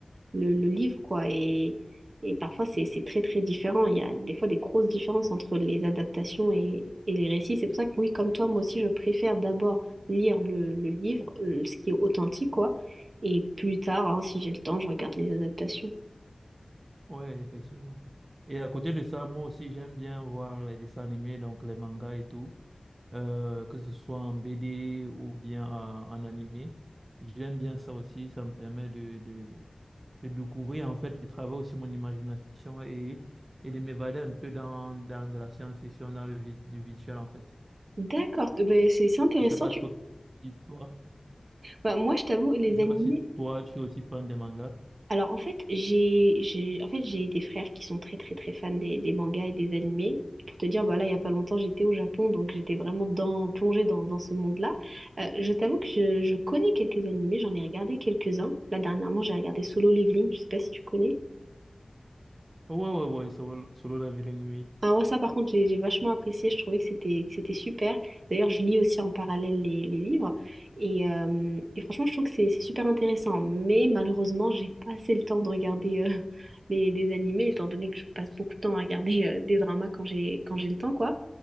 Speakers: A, on the right; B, on the right.
A: le, le livre, quoi. Et, et parfois, c'est c'est très, très différent. Il y a des fois des grosses différences entre les adaptations et, et les récits. C'est pour ça que, oui, comme toi, moi aussi, je préfère d'abord lire le, le livre, euh, ce qui est authentique, quoi. Et plus tard, hein, si j'ai le temps, je regarde les adaptations.
B: Oui, effectivement. Et à côté de ça, moi aussi, j'aime bien voir les dessins animés, donc les mangas et tout, euh, que ce soit en BD ou bien en, en animé. J'aime bien ça aussi, ça me permet de de découvrir en fait, de travailler aussi mon imagination et, et de m'évader un peu dans, dans de la science-fiction, dans le vi- du virtuel en fait.
A: D'accord, t- ben, c'est c'est intéressant.
B: Je sais pas
A: Tu...
B: trop si toi,
A: bah, moi, je t'avoue, les
B: je sais
A: animés.
B: pas si toi tu es aussi fan des mangas.
A: Alors, en fait, j'ai j'ai en fait j'ai des frères qui sont très très très fans des, des mangas et des animés. Pour te dire, bah là, il y a pas longtemps, j'étais au Japon, donc j'étais vraiment dans, plongée dans, dans ce monde-là. Euh, je t'avoue que je, je connais quelques animés, j'en ai regardé quelques-uns. Là, dernièrement, j'ai regardé Solo Leveling. Je sais pas si tu connais.
B: Ouais, ouais, ouais, Solo, Solo Leveling, oui.
A: Ah ouais, ça par contre, j'ai j'ai vachement apprécié, je trouvais que c'était que c'était super. D'ailleurs, je lis aussi en parallèle les, les livres et, euh, et franchement, je trouve que c'est c'est super intéressant. Mais malheureusement, j'ai pas assez le temps de regarder euh, <laughs> des, des animés, étant donné que je passe beaucoup de temps à regarder euh, des dramas quand j'ai quand j'ai le temps, quoi.